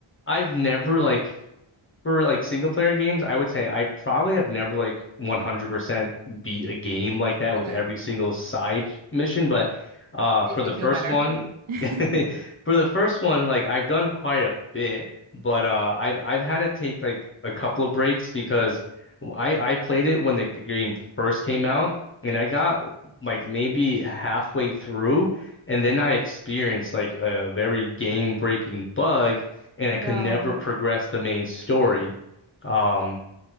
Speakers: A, on the left; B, on the right.
A: I've never like for like single player games, I would say I probably have never like 100% beat a game like that
B: Okay.
A: with every single side mission, but uh
B: Makes
A: for
B: me
A: the
B: feel
A: first
B: better.
A: one <laughs>
B: <laughs>
A: for the first one like I've done quite a bit, but uh I've I've had to take like a couple of breaks because I I played it when like the game first came out and I got like maybe halfway through and then I experienced like a very game-breaking bug and
B: No.
A: I could never progress the main story. Um,